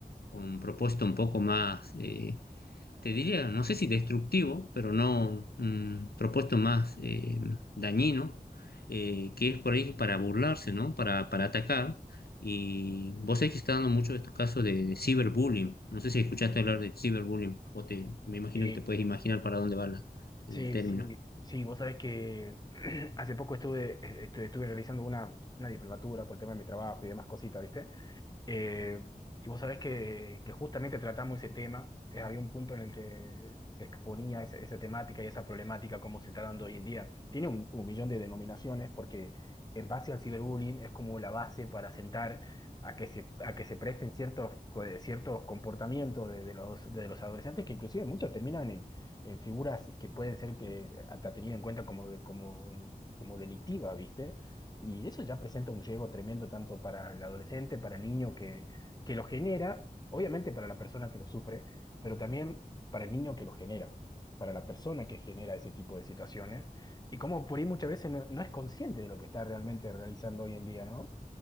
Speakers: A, on the left (about 80°); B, on the left (about 25°).
A: con un propósito un poco más, eh, te diría, no sé si destructivo, pero no un propósito más eh, dañino, eh, que es por ahí para burlarse, ¿no? Para, para atacar. Y vos sabés que se está dando mucho de estos casos de, de ciberbullying. No sé si escuchaste hablar de ciberbullying o te, me imagino
B: Sí,
A: que te puedes imaginar para dónde va la- el
B: sí,
A: término.
B: sí, sí, vos sabés que <clears throat> hace poco estuve, estuve, estuve realizando una, una diplomatura por el tema de mi trabajo y demás cositas, ¿viste? Eh, y vos sabés que, que justamente tratamos ese tema, eh, había un punto en el que se exponía esa, esa temática y esa problemática, cómo se está dando hoy en día. Tiene un, un millón de denominaciones porque en base al ciberbullying es como la base para sentar a que se, a que se presten ciertos, co- eh, ciertos comportamientos de, de los, de los adolescentes que inclusive muchos terminan en, en figuras que pueden ser que, hasta tenidas en cuenta como, de, como, como delictivas, ¿viste? Y eso ya presenta un riesgo tremendo tanto para el adolescente, para el niño que, que lo genera, obviamente para la persona que lo sufre, pero también para el niño que lo genera, para la persona que genera ese tipo de situaciones. Y como por ahí muchas veces no, no es consciente de lo que está realmente realizando hoy en día, ¿no?